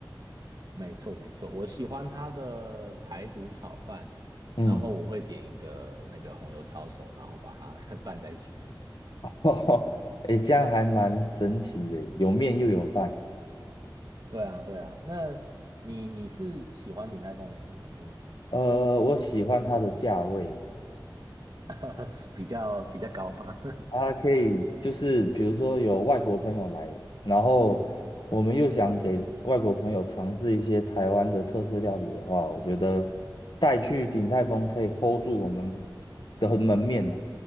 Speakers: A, on the right; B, on the left.
A: 没错没错，我喜欢它的排骨炒饭，
B: 嗯，
A: 然后我会点一个那个红油抄手，然后把它 <laughs> 拌在一起吃。
B: <laughs> 哦，哎，这样还蛮神奇的，有面又有饭。
A: 对啊，对啊。那你你是喜欢鼎泰丰的什么东西呢？
B: 呃，我喜欢它的价位，
A: <laughs> 比较比较高吗？
B: 它可以就是比如说有外国朋友来，然后我们又想给外国朋友尝试一些台湾的特色料理的话，我觉得带去鼎泰丰可以 hold 住我们的门面呢、